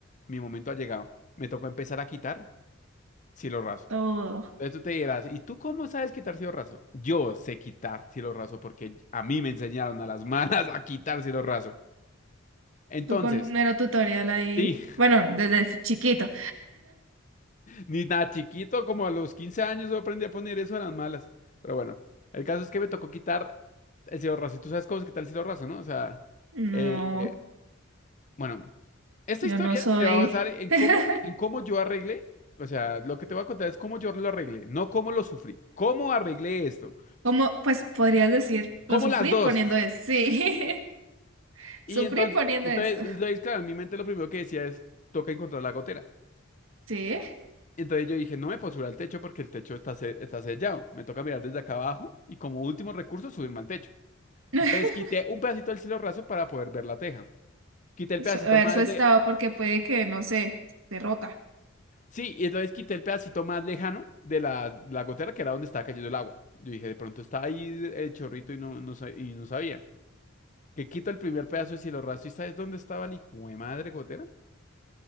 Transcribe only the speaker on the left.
mi momento ha llegado. Me tocó empezar a quitar cielo raso.
Entonces tú te dirás, ¿y tú cómo sabes quitar cielo raso? Yo sé quitar cielo raso porque a mí me enseñaron a las malas a quitar cielo raso. Entonces,
sí
Ni nada chiquito, como a los 15 años yo aprendí a poner eso a las malas. Pero bueno, el caso es que me tocó quitar el cielo raso. Y tú sabes cómo se quita el cielo raso, ¿no? O sea,
eh, bueno, esta
historia
se va a basar en
cómo, en cómo yo arreglé. O sea, lo que te voy a contar es cómo yo lo arreglé, no cómo lo sufrí. ¿Cómo arreglé esto?
¿Cómo
las dos?
Y
entonces,
entonces,
entonces, claro, en mi mente lo primero que decía es, toca encontrar la gotera.
Entonces yo dije, no me puedo subir al techo porque el techo está, se- está sellado. Me toca mirar desde acá abajo y como último recurso subirme al techo.
Entonces quité un pedacito del cielo raso para poder ver la teja. Quité el pedacito
más
le...
Sí, y entonces quité el pedacito más lejano de la, la gotera, que era donde estaba cayendo el agua. Yo dije, de pronto está ahí el chorrito y no, no, sa- y no sabía. Que quito el primer pedazo de cielo raso y ¿sabes dónde estaba el hijo de madre gotera?